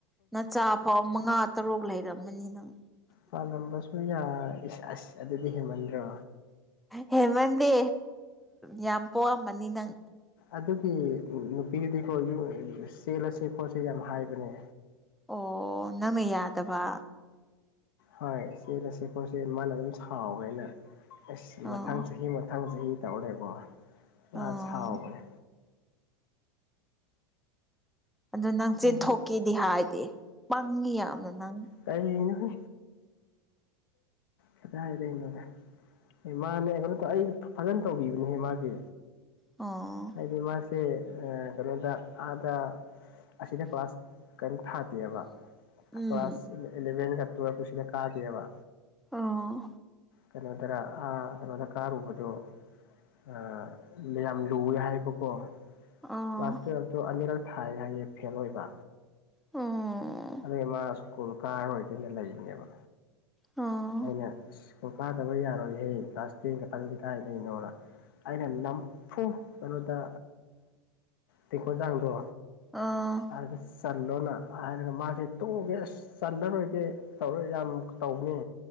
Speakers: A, in the centre; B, on the left.
A: ꯅꯆꯥ ꯐꯥꯎ ꯃꯉꯥ ꯇꯔꯨꯛ ꯂꯩꯔꯝꯃꯅꯤ ꯅꯪ
B: ꯄꯥꯜꯂꯝꯕꯁꯨ ꯌꯥꯏ ꯑꯁ ꯑꯗꯨꯗꯤ ꯍꯦꯟꯃꯟꯗ꯭ꯔꯣ
A: ꯍꯦꯃꯟꯗꯦ ꯌꯥꯝ ꯄꯣꯛꯑꯝꯃꯅꯤ ꯅꯪ
B: ꯑꯗꯨꯒꯤ ꯅꯨꯄꯤꯗꯨꯀꯣ ꯆꯦꯜꯂꯁꯦ ꯈꯣꯠꯁꯦ ꯌꯥꯝ ꯍꯥꯏꯕꯅꯦ
A: ꯑꯣ ꯅꯪꯅ ꯌꯥꯗꯕ
B: ꯍꯣꯏ ꯆꯦꯜꯂꯁꯦ ꯄꯣꯠꯁꯦ ꯃꯥꯅ ꯑꯗꯨꯝ ꯁꯥꯎꯋꯦꯅ ꯑꯁ ꯃꯊꯪ
A: ꯑꯣ
B: ꯆꯍꯤ ꯃꯊꯪ ꯃꯊꯪ ꯆꯍꯤ ꯇꯧꯔꯦꯀꯣ ꯃꯥ
A: ꯑꯣ
B: ꯁꯥꯎꯕꯅꯦ
A: ꯑꯗꯨ ꯅꯪ ꯆꯦꯟꯊꯣꯛꯀꯦꯗꯤ
B: ꯍꯥꯏꯗꯤ ꯑꯁ
A: ꯍꯥꯏꯗꯤ ꯄꯪꯉꯤ ꯌꯥꯝꯅ ꯅꯪ
B: ꯀꯔꯤꯅꯣꯍꯦ ꯀꯗꯥꯢꯗꯩꯅꯣꯗ ꯑꯦ ꯃꯥꯅꯦ ꯀꯩꯅꯣ ꯑꯩ ꯐꯖꯅ ꯇꯧꯕꯤꯕꯅꯦꯍꯦ ꯃꯥꯗꯤ
A: ꯑꯣ
B: ꯍꯥꯏꯗꯤ ꯃꯥꯁꯦ ꯑ ꯀꯩꯅꯣꯗ ꯑꯥꯗ ꯑꯁꯤꯗ ꯀ꯭ꯂꯥꯁ ꯀꯔꯤꯝ ꯊꯥꯗꯦꯕ
A: ꯎꯝ
B: ꯀ꯭ꯂꯥꯁ ꯏꯂꯚꯦꯟꯒ ꯇꯨꯋꯦꯞꯀ ꯁꯤꯗ ꯀꯥꯗꯦꯕ
A: ꯑꯣ
B: ꯀꯩꯅꯣꯗꯔꯥ ꯑꯥ ꯀꯩꯅꯣꯗ ꯀꯥꯔꯨꯕꯗꯣ ꯑ ꯌꯥꯝ ꯂꯨꯋꯦ ꯍꯥꯏꯕꯀꯣ
A: ꯑꯣ
B: ꯀ꯭ꯂꯥꯁ ꯇꯨꯌꯦꯜꯄꯇꯣ ꯑꯅꯤꯔꯛ ꯊꯥꯏ ꯍꯥꯏꯌꯦ ꯐꯦꯜ ꯑꯣꯏꯕ
A: ꯑꯣ
B: ꯑꯗꯨꯒꯤ ꯃꯥ ꯁ꯭ꯀꯨꯜ ꯀꯥꯔꯣꯏꯒꯦꯅ ꯂꯩꯕꯅꯦꯕ
A: ꯑꯣ
B: ꯑꯩꯅ ꯁ꯭ꯀꯨꯜ ꯀꯥꯗꯕ ꯌꯥꯔꯣꯏꯍꯦ ꯀ꯭ꯂꯥꯁ ꯇꯦꯟ ꯈꯛꯇꯪꯗꯤ ꯀꯥꯏꯗꯩꯅꯣꯅ ꯑꯩꯅ ꯅꯝꯐꯨ ꯀꯩꯅꯣꯗ ꯇꯦꯡꯀꯣꯟꯖꯥꯡꯗꯣ
A: ꯑꯥ
B: ꯍꯥꯏꯗ ꯆꯜꯂꯣꯅ ꯍꯥꯏꯔꯒ ꯃꯥꯁꯤ ꯇꯣꯛꯑꯒꯦ ꯑꯁ ꯆꯜꯂꯔꯣꯏꯒꯦ ꯇꯧꯔꯣꯢ ꯌꯥꯝ ꯇꯧꯕꯅꯦ